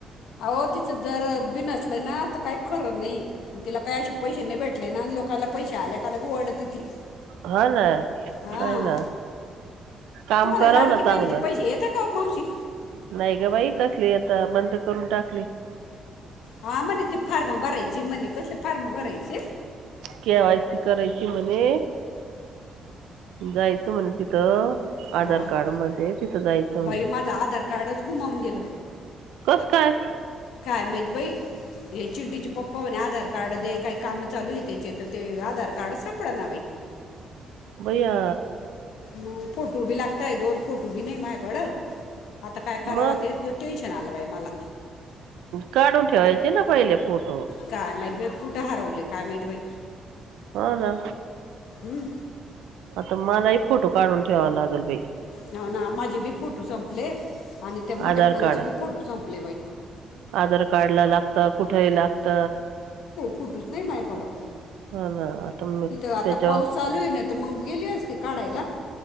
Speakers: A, on the left; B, on the right.
A: आहों तिचं जर बिनसल असलय ना, तर काही खरं नाही, तिला काही अे पैसे नाही भेटले ना, लोकांना पैसे आले का लगे ओरडते ती.
B: हा ना,
A: हां
B: आहेय ना. काम
A: तुम्हाला
B: कराव
A: लाडकी
B: ना चांगलं,
A: बहिणीचे पैसे येतात का हो मावशी
B: नाही ग बाई कसली येत. बंद करून टाकली.
A: हा म्हणे ते फार्म भरायचे म्हणे, कसले फार्म भरायचे?
B: केवायसी करायची म्हणे. जायचं म्हणे तिथं, आधार
A: हां
B: कार्ड
A: का
B: मध्ये तिथं जायचं म्हणे.
A: बाई माझं आधार कार्डच गुमावून गेल,
B: कस काय
A: काय माहीत बाई. हे चिंडीचे पप्पा होणे आधार कार्ड दे, काय काम चालू येते तर ते आधार कार्ड सापडना बाई.
B: बया.
A: मग फोटो बी लागतय, दोन फोटो बी नाही माझ्याकड, आता काय कराव
B: मग
A: ते टेन्शन आलं बाई मला.
B: काढून ठेवायचे ना पहिले फोटो.
A: काय माहीत बाई, कुठं हरवले काय माहीत बाई.
B: हा ना,
A: हं?
B: आता मलाही फोटो काढून ठेवावा लागेल बाई
A: ह ना, माझे बी फोटू संपले, आणि त्या मोठ्या
B: आधार
A: पोरीचे
B: कार्ड
A: बी फोटू संपले बाई.
B: आधार कार्डला लागतं, कुठेही लागत.
A: फुटूच नाही माझ्याकडं.
B: हां ना. आता मी
A: इथं आता
B: त्याच्यावर
A: पाऊस चालू आहे नाहितर मंग गेली असती काढायला.